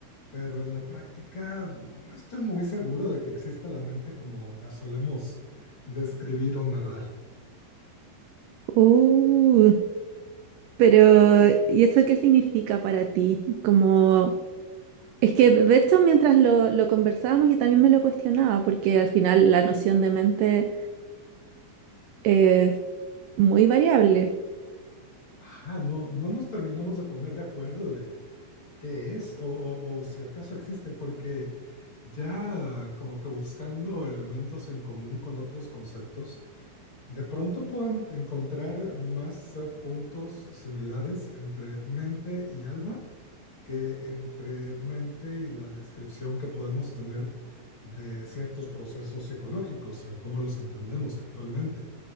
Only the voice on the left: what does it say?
pero en la práctica mm, no estoy muy seguro de que exista la mente como la solemos describir o narrar.
Ajá, no, no nos terminamos de poner de acuerdo de qué es o, o- o si acaso existe, porque ya como que buscando elementos en común con otros conceptos, de pronto pueden encontrar más eh, puntos similares entre mente y alma que entre mente y la descripción que podemos tener de ciertos procesos psicológicos, el cómo los entendemos actualmente.